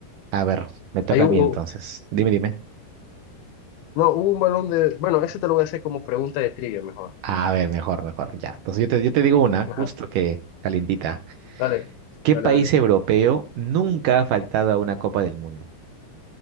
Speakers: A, on the right (about 75°); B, on the left (about 80°).
A: A ver, me toca
B: Ahí hubo,
A: a mí entonces. Dime, dime.
B: no, hubo un balón de, bueno, eso te lo voy a hacer como pregunta de trivia mejor.
A: Ah, A ver, mejor, mejor, ya. Entonces yo te, yo te digo una,
B: Ajá.
A: justo que calientita.
B: Dale,
A: ¿Qué
B: dale,
A: país
B: dale.
A: europeo nunca ha faltado a una Copa del Mundo?